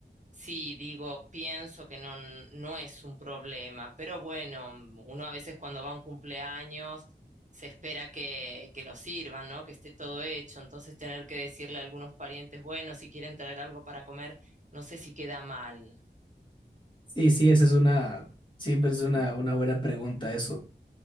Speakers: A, on the right; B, on the left.
A: sí, digo, pienso que no, n- no es un problema. Pero bueno, mm, uno a veces cuando va a un cumpleaños se espera que, que lo sirvan, ¿no? Que esté todo hecho. Entonces, tener que decirle a algunos parientes, bueno, si quieren traer algo para comer, no sé si queda mal.
B: Sí, sí, esa es una, siempre es una, una buena pregunta eso.